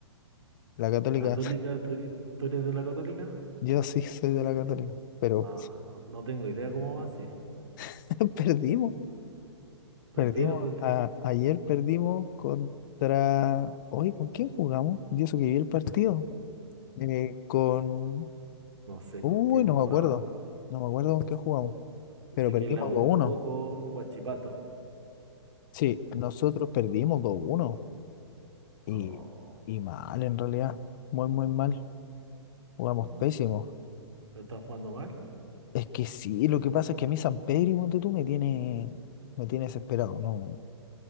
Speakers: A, on the left; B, on the right.
A: la Católica,
B: Católica,
A: <laughs>
B: ¿tú eres, tú eres de la Católica?
A: yo sí soy de la Católica, pero
B: Ah, no, no tengo idea cómo va, sí.
A: <laughs> perdimos,
B: ¿Perdieron
A: perdimos,
B: con qué?
A: a- ayer perdimos contra, oye, ¿con quién jugamos? Yo eso que vi el partido, eh, con,
B: No sé
A: uy,
B: con qué jugaba.
A: no me acuerdo, no me acuerdo con qué jugamos,
B: Yo
A: pero
B: sé
A: perdimos
B: que la U
A: dos
B: jugó
A: uno,
B: con Guachipato.
A: Sí, nosotros perdimos dos uno. Y,
B: No,
A: y mal, en realidad. Muy, muy mal. Jugamos
B: mm,
A: pésimo.
B: ¿no están jugando mal?
A: Es que sí, lo que pasa es que a mí San Pedro, ponte tú, me tiene, me tiene desesperado. No,